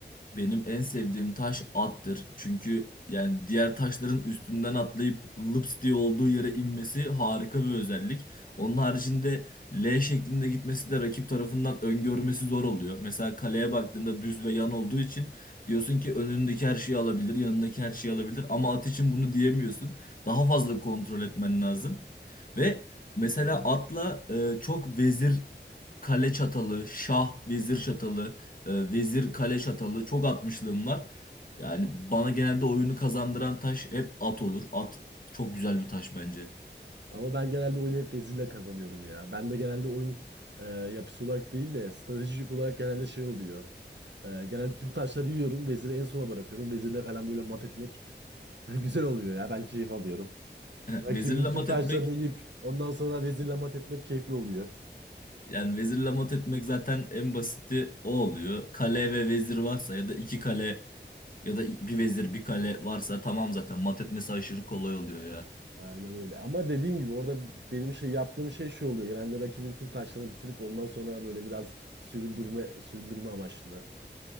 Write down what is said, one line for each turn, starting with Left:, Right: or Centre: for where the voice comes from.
Left: Benim en sevdiğim taş attır. Çünkü yani diğer taşların üstünden atlayıp lıps diye olduğu yere inmesi harika bir özellik. Onun haricinde L şeklinde gitmesi de rakip tarafından öngörmesi zor oluyor. Mesela kaleye baktığında düz ve yan olduğu için diyorsun ki önündeki her şeyi alabilir, yanındaki her şeyi alabilir ama at için bunu diyemiyorsun. Daha fazla kontrol etmen lazım. Ve mesela atla e, çok vezir kale çatalı, şah vezir çatalı, e, vezir kale çatalı çok atmışlığım var. Yani bana genelde oyunu kazandıran taş hep at olur. At çok güzel bir taş bence.
Right: Ama ben genelde oyunu hep vezirle kazanıyorum ya. Ben de genelde oyun e, yapısı olarak değil de stratejik olarak genelde şey oluyor. Ee, genelde tüm taşları yiyorum. Veziri en sona bırakıyorum. Vezirle falan böyle mat etmek <laughs> güzel oluyor ya. Ben keyif alıyorum.
Left: <laughs>
Right: Rakibin
Left: Vezirle mat
Right: tüm taşlarını
Left: etmek
Right: yiyip ondan sonra vezirle mat etmek keyifli oluyor.
Left: yani vezirle mat etmek zaten en basiti o oluyor. Kale ve vezir varsa ya da iki kale ya da bir vezir bir kale varsa tamam zaten mat etmesi aşırı kolay oluyor ya.
Right: Aynen öyle. Ama dediğim gibi orada benim şey yaptığım şey şu oluyor. Genelde rakibin tüm taşlarını bitirip ondan sonra böyle biraz süründürme süründürme amaçlı.